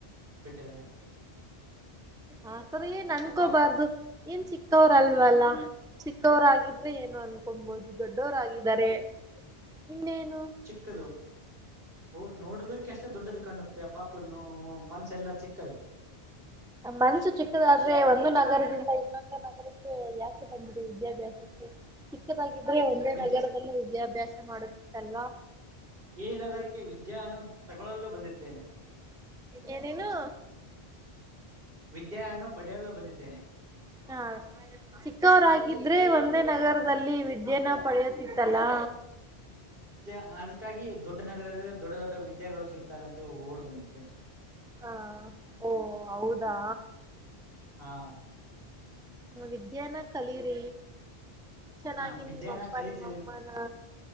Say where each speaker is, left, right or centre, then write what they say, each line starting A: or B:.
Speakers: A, on the right; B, in the centre.
A: ಬಿಟ್ಟಿದೆ.
B: ಆ ತರಾ ಏನ್ ಅನ್ಕೋಬಾರ್ದು.
A: ಆ
B: ಏನ್ ಚಿಕ್ಕವರಲ್ವಲ್ಲ ಚಿಕ್ಕವರಾಗಿದ್ರೆ ಏನು ಅನ್ಕೊಬಹುದು. ದೊಡ್ಡವರಾಗಿದ್ದಾರೆ ಇನ್ನೇನು.
A: ಕದು. ಹ ನೋಡೋದಕ್ಕೆ ಅಷ್ಟ ದೊಡ್ಡದು ಕಂಡುತ್ತೆ ಪಾಪ ಮನ್ಸ ಎಲ್ಲಾ ಚಿಕ್ಕದು.
B: ನಮ್ಮ್ ಮನ್ಸು ಚಿಕ್ಕದಾದ್ರೆ ಒಂದು ನಗರದಿಂದ ಇನ್ನೊಂದು ನಗರಕ್ಕೆ ಯಾಕೆ ಬಂದಿದೆ ವಿದ್ಯಾಭ್ಯಾಸಕ್ಕೆ, ಚಿಕ್ಕದಾಗಿದ್ರೆ ಒಂದೇ
A: ವಿದ್ಯೆ
B: ನಗರದಲ್ಲ ವಿದ್ಯಾಭ್ಯಾಸ ಮಾಡುತಿತ್ತಲ್ವಾ.
A: ಈ ನಗರಕ್ಕೆ ವಿದ್ಯ ಅನ್ನು ತಗೊಳ್ಳಲು ಬಂದಿದ್ದೇನೆ.
B: ಏನ ಏನು.
A: ವಿದ್ಯಾ ಅನ್ನು ಪಡೆಯಲು ಬಂದಿದ್ದೇನೆ.
B: ಹಾ. ಚಿಕ್ಕವರಾಗಿದ್ರೆ ಒಂದೇ ನಗರದಲ್ಲಿ ವಿದ್ಯೆನ ಪಡೆಯತಿತ್ತಲ್ಲಾ.
A: ಮ ಅದಕ್ಕಾಗಿ ದೊಡ್ಡ ನಗರದಲ್ಲಿ ದೊಡ್ಡ ದೊಡ್ಡ ವಿದ್ಯಾಗಳು ಸಿಗ್ತಾರೆ ಅಂತ ಓಡ್ ಬಂದಿದ್ದೆನೆ.
B: ಹಾ ಓ ಹೌದಾ.
A: ಹಾ.
B: ವಿದ್ಯಾನ ಕಲೀರಿ. ಚೆನ್ನಾಗಿ
A: ಹಾ ವಿದ್ಯಾನ
B: ನಿಮ್ಮಪ್ಪ
A: ಕಲಿತಿದ್ದೀನಿ
B: ನಿಮ್ಮಮ್ಮನ